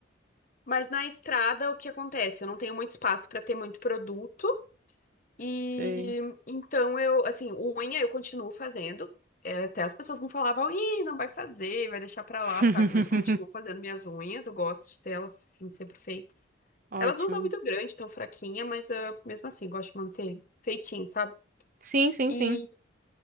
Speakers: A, on the left (about 45°); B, on the right (about 45°).
A: Mas na estrada, o que acontece? Eu não tenho muito espaço pra ter muito produto. E
B: Sei.
A: então eu, assim, unha eu continuo fazendo. É, até as pessoas não falavam, ih, não vai fazer, vai deixar pra
B: <laughs>
A: lá, sabe? Mas eu continuo fazendo minhas unhas, eu gosto de ter elas, assim, sempre feitas.
B: Ótimo.
A: Elas não estão muito grandes, tão fraquinhas, mas ah, mesmo assim, gosto de manter feitinho, sabe?
B: Sim, sim,
A: E
B: sim.